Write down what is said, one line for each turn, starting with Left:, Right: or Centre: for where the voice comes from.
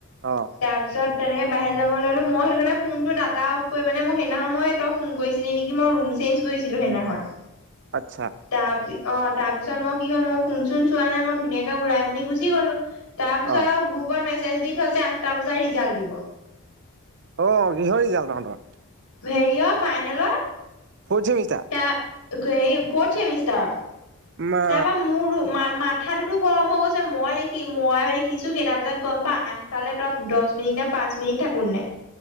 Right: অ'
Left: তাৰ পিছত তেনেকে বাহিৰ যাব ওলালো মই সেইটো কাৰণে ফোনটো ডাটা অফ কৰি মানে মোৰ সেইদিনা খন মই। তই ফোন কৰিছিলি নিকি? ৰোম চেইনজ কৰিছিলো সেই দিনা খন।
Right: আচ্ছা।
Left: তাপি, অ তাৰপিছত মই কি হ'ল মই ফোন চোন চোৱা নাই মই ধুনীয়াকে ওলাই মেলি গুচি গলো। তাৰপিছত
Right: অ'
Left: আও গ্ৰুপত মেজ দি থৈছে আমি আঠটা বজাত ৰিজাল্ট দিব।
Right: অ কিহৰ ৰিজাল্ট তহঁতৰ?
Left: হেৰিয় ফাইনেলৰ।
Right: ফৌৰ্থ ছেমিষ্টাৰ
Left: তা, হেই ফৌৰ্থ ছেমিষ্টাৰ
Right: মা
Left: তাৰ পা মোৰটো মা মাত মাঠাটোতো গৰম হৈ গৈছে মই দেখি ময়ো দেখিছোঁ কেইটা বজাত গম পাওঁ আঠটালৈ তপ দহ মিনিট নে পাঁচ মিনিত থাকোননে।